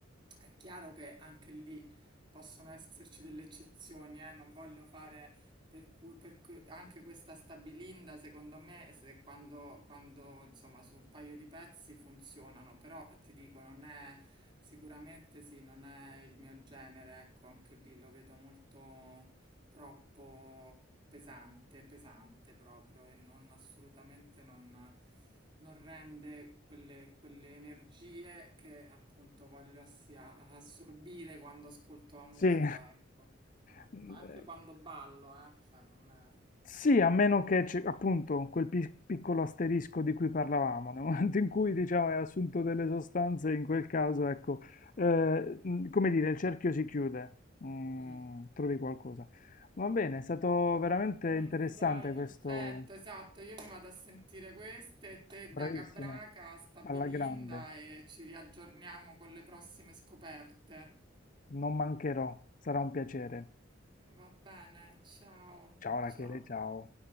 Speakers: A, on the right; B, on the left.
A: è chiaro che anche lì possono esserci delle eccezioni, eh, Non voglio fare per cui, per cui- anche questa stabilinda, secondo me, se quando, quando, insomma su un paio di pezzi funzionano, però ti dico, non è sicuramente sì, non è il mio genere, ecco, anche lì lo vedo molto. Troppo pesante, pesante proprio, e non assolutamente non, non rende quelle, quelle energie che appunto voglio assia- assorbire quando ascolto la musica,
B: sì.
A: ecco. Eh,
B: <laughs>
A: ma anche quando ballo, eh, cioè non è...
B: Sì, a meno che, c'è, appunto, quel pi- piccolo asterisco di cui parlavamo, nel momento in cui, diciamo, hai assunto delle sostanze, in quel caso, ecco, eh, mh, come dire, il cerchio si chiude, Mm,
A: Mm.
B: trovi qualcosa. Va bene, è stato veramente
A: Senti,
B: interessante
A: dai, perfetto,
B: questo,
A: esatto. Io mi vado a sentire queste, te
B: bravissimo,
A: da Cabraca, sta
B: alla
A: Bilinda
B: grande,
A: e ci riaggiorniamo con le prossime scoperte.
B: non mancherò, sarà un piacere.
A: Va bene, ciao,
B: Ciao Rachele,
A: ciao.
B: ciao.